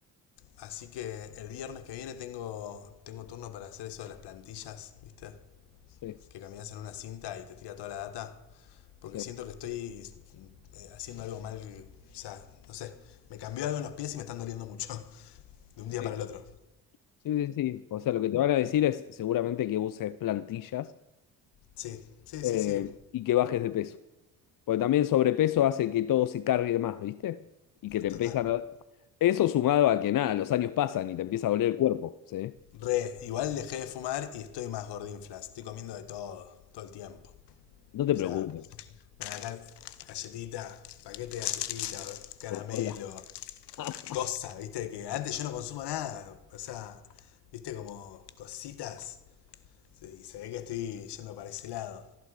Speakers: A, on the left; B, on the left.
A: Así que el viernes que viene tengo, tengo turno para hacer eso de las plantillas, ¿viste?
B: Sí,
A: Que caminas en una cinta y te tira toda la data. Porque
B: sí,
A: siento que estoy eh, haciendo algo mal. O sea, no sé. Me cambió algo en los pies y me están doliendo mucho. <laughs> De un
B: sí,
A: día para el otro.
B: sí, sí, sí. O sea, lo que te van a decir es seguramente que uses plantillas
A: Sí, sí,
B: eh,
A: sí, sí.
B: y que bajes de peso. Porque también el sobrepeso hace que todo se cargue más, ¿viste? Y que te empiezan
A: Total.
B: a... Eso sumado a que nada, los años pasan y te empieza a doler el cuerpo, ¿sí?
A: Re, igual dejé de fumar y estoy más gordinflas. Estoy comiendo de todo, todo el tiempo.
B: No te
A: O
B: preocupes,
A: sea, me dan acá galletita, paquete de galletita, caramelo,
B: por todas lados. <laughs>
A: cosa, viste, que antes yo no consumo nada. O sea, viste, como cositas. Sí, se ve que estoy yendo para ese lado.